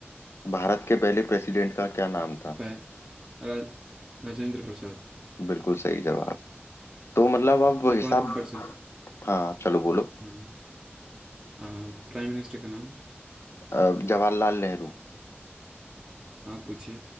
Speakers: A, on the left (about 85°); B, on the right (about 20°).
A: भारत के पहले प्रेसिडेंट का क्या नाम था
B: पै रा, राजेंद्र प्रसाद
A: बिल्कुल सही जवाब तो मतलब अब
B: एक
A: हिसाब
B: और फट से
A: हाँ चलो बोलो
B: हाँ आ, प्राइम मिनिस्टर का नाम
A: अ, जवाहरलाल नेहरू
B: आप पूछिए